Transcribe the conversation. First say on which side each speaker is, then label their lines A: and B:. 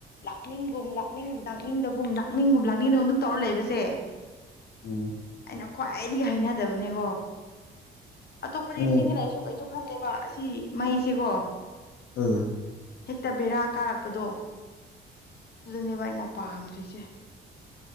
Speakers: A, on the left (about 55°); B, on the left (about 85°).
A: ꯂꯥꯛꯅꯤꯡꯒꯨꯝ ꯂꯥꯛꯅꯤꯡ ꯂꯥꯛꯅꯤꯡꯗꯒꯨꯝ ꯂꯥꯛꯅꯤꯡꯒꯨꯝ ꯂꯥꯛꯅꯤꯡꯗꯒꯨꯝ ꯑꯗꯨꯝ ꯇꯧꯔ ꯂꯩꯕꯁꯦ
B: ꯑ
A: ꯑꯩꯅ ꯈ꯭ꯋꯥꯏꯗꯒꯤ ꯍꯩꯅꯗꯕꯅꯦꯀꯣ ꯑꯇꯣꯞꯄꯗꯤ
B: ꯎꯝ
A: ꯏꯁꯤꯡꯗ ꯂꯔꯤꯁꯨ ꯀꯩꯁꯨ ꯋꯥꯈꯜꯅꯦꯦꯕ ꯑꯁꯤ ꯃꯩꯁꯤꯀꯣ
B: ꯑꯥ
A: ꯍꯦꯛꯇ ꯕꯦꯔꯥ ꯀꯥꯔꯛꯄꯗꯣ ꯑꯗꯨꯗꯅꯦꯕ ꯑꯩꯅ ꯄꯥꯝꯗ꯭ꯔꯤꯁꯦ